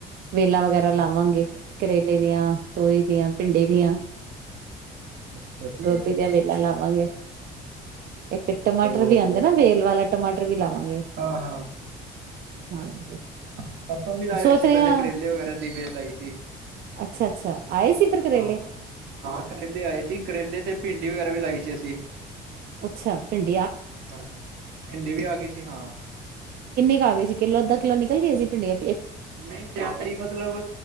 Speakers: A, on the right; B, on the right.
A: ਵੇਲਾਂ ਵਗੈਰਾ ਲਾਵਾਂਗੇ
B: ਅੱਛਾ ਅੱਛਾ
A: ਕਰੇਲੇ ਦੀਆਂ ਤੋਰੀ ਆਂ ਪਿੰਡੀ ਦੀਆਂ
B: ਅੱਛਾ ਅੱਛਾ
A: ਗੋਭੀ ਦੀਆਂ ਵੇਲਾ ਲਾਵਾਂਗੇ ਇੱਕ ਟਮਾਟਰ
B: ਚਲੋ
A: ਵੀ
B: ਵਧੀਆ
A: ਆਂਦੇ ਨਾ ਵੇਲ ਵਾਲਾ ਟਮਾਟਰ ਵੀ ਲਾਵਾਂਗੇ
B: ਹਾਂ ਹਾਂ ਅੱਛਾ ਅੱਛਾ
A: ਹਾਂਜੀ
B: ਆਪਾਂ ਵੀ ਲਾਏ
A: ਸੋਚ
B: ਹੋਏ ਸੀ
A: ਰਹੇ
B: ਪਹਿਲੇ
A: ਹਾਂ
B: ਕਰੇਲੇ ਵਗੈਰਾ ਦੀ ਵੇਲ ਲਾਈ ਸੀ
A: ਅੱਛਾ ਅੱਛਾ ਆਏ ਸੀ ਫਿਰ ਕਰੇਲੇ
B: ਹਾਂ ਹਾਂ ਕਰੇਲੇ ਆਏ ਸੀ ਕਰੇਲੇ ਤੇ ਭਿੰਡੀ ਵਗੈਰਾ ਵੀ ਲਾਈ ਸੀ ਅਸੀਂ
A: ਅੱਛਾ ਪਿੰਡ
B: ਹਾਂਜੀ ਭਿੰਡੀ ਵੀ ਆ ਗਈ ਸੀ ਹਾਂ
A: ਗ ਸੀ ਕਿਲੋ ਅੱਧ ਕਿਲੋਂ ਨਿਕਲ ਗਈ ਸੀ ਪਿੰਡੀਆਂ
B: ਨਈ ਜਿਆਦਾ ਈ ਮਤਲਬ